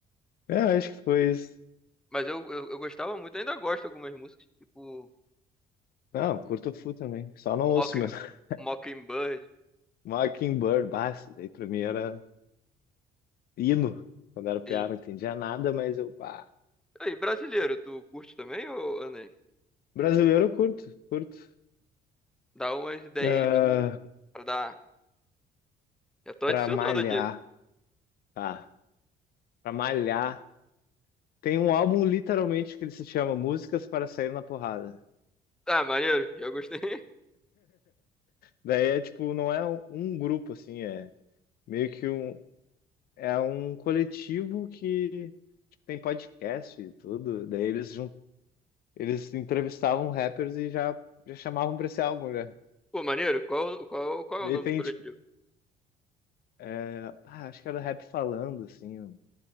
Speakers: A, on the left; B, in the centre.
A: É, eu acho que foi isso.
B: Mas eu, eu, eu gostava muito, ainda gosto de algumas músicas, tipo
A: Não, curto Fu também. Só não ouço
B: Mocking,
A: mesmo. <laughs>
B: Mockingbird.
A: Mockingbird, bah, isso daí pra mim era hino. Quando era piá,
B: Sim.
A: não entendia nada, mas eu, pá.
B: E brasileiro, tu curte também, ô André?
A: Brasileiro eu curto, curto.
B: Dá umas ideias
A: Ah,
B: aí tu- pra dar. Já tô
A: pra
B: adicionando
A: malhar,
B: aqui.
A: tá. Pra malhar. Tem um álbum literalmente que ele se chama Músicas para Sair na Porrada.
B: Ah, maneiro, já gostei. <laughs>
A: Daí é tipo, não é um um grupo assim, é meio que um, É um coletivo que tipo, tem podcast e tudo. Daí eles, jun... eles entrevistavam rappers e já, já chamavam pra esse álbum, né?
B: Pô, maneiro, qual, qual, qual
A: Daí
B: é o nome
A: tem,
B: do coletivo?
A: tipo, é, ah, acho que era Rap Falando, assim.